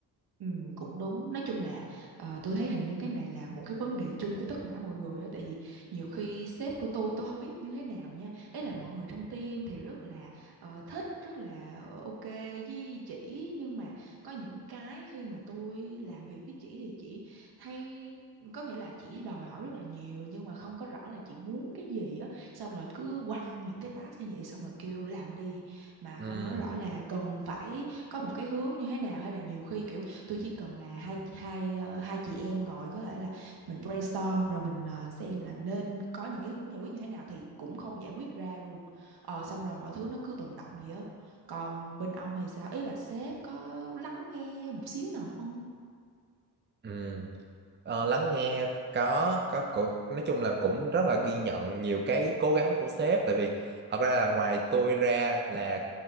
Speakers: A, on the right (about 75°); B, on the right (about 30°).
A: Ừ, cũng đúng nói chung là ờ, tôi thấy hình như cái này là một cái vấn đề chung của tất cả mọi người á tại vì nhiều khi sếp của tôi tôi không biết như thế nào nha ấy là mọi người trong team thì rất là ờ, thích rất là ờ, ok với chị nhưng mà có những cái khi mà tôi làm việc với chị thì chị hay có nghĩa là chị đòi hỏi rất là nhiều nhưng mà không có rõ là chị muốn cái gì á xong rồi cứ quăng những cái task như vậy xong rồi kêu làm đi mà
B: ừ
A: không nói rõ là cần phải có một cái hướng như thế nào hay là nhiều khi kiểu tôi chỉ cần là hai hai ờ, hai chị em ngồi có thể là mình brainstorm rồi mình ờ, xem là nên có những cái hướng giải quyết như thế nào thì cũng không giải quyết ra luôn ờ xong rồi mọi thứ nó cứ tồn đọng vậy á còn bên ông thì sao ý là sếp có lắng nghe một xíu nào không
B: ừ Ờ, lắng nghe có có cũng nói chung là cũng rất là ghi nhận nhiều cái cố gắng của sếp tại vì thật ra là ngoài tôi ra là